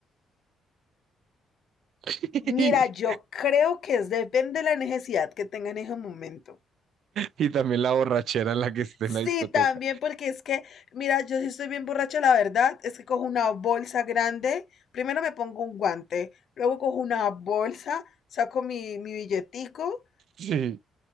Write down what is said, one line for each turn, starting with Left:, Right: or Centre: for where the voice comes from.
Right: <laughs>
Left: Mira, yo creo que es depende de la necesidad que tenga en ese momento.
Right: Y también la borrachera en la que esté
Left: Sí,
Right: en la discoteca.
Left: también porque es que, mira, yo sí estoy bien borracha, la verdad, es que cojo una bolsa grande, primero me pongo un guante, luego cojo una bolsa, saco mi, mi billetico,
Right: Sí,